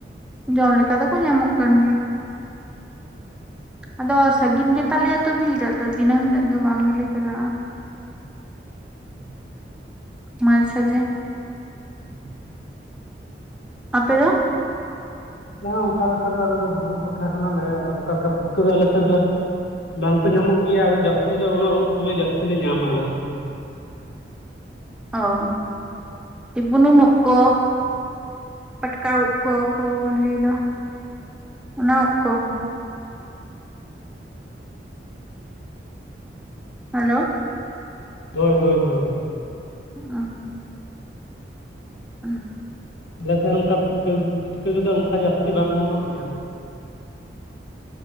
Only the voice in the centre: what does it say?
ᱡᱚᱢ ᱞᱮᱠᱟ ᱫᱚᱠᱚ ᱧᱟᱢᱚᱜ ᱠᱟᱱ ᱜᱮᱭᱟ᱾ ᱟᱫᱚ ᱥᱟᱹᱜᱤᱱ ᱜᱮ ᱛᱟᱞᱮᱭᱟ ᱛᱚ ᱵᱤᱨ, ᱟᱫᱚ ᱫᱤᱱᱟᱹᱢ ᱦᱤᱞᱚᱜ ᱫᱚ ᱵᱟᱝ ᱜᱮᱞᱮ ᱪᱟᱞᱟᱜᱼᱟ᱾
ᱢᱟᱡᱮ ᱥᱟᱡᱮ
ᱟᱯᱮ ᱫᱚ?
ᱚ ᱵᱩᱱᱩᱢ ᱩᱫ ᱠᱚ᱾ ᱯᱟᱴᱠᱟᱣ ᱩᱫ ᱠᱚ, ᱠᱚ ᱞᱟᱹᱭ ᱮᱫᱟ ᱚᱱᱟ ᱩᱜ ᱠᱚ? ᱦᱮᱞᱳ?
ᱦᱚᱸ᱾ ᱦᱚᱸ᱾